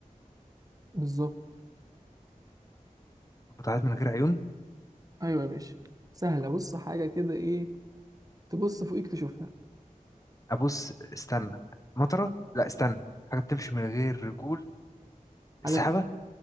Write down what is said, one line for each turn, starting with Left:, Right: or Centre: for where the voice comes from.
Right: بالظبط
Left: وبتعيط من غير عيون
Right: ايوه يا باشا سهله بص حاجه كده ايه تبص فوقيك تشوفها
Left: أبص استنى مطرة لا استنى حاجة بتمشي من غير رجول
Right: حاجه
Left: السحابة
Right: بت-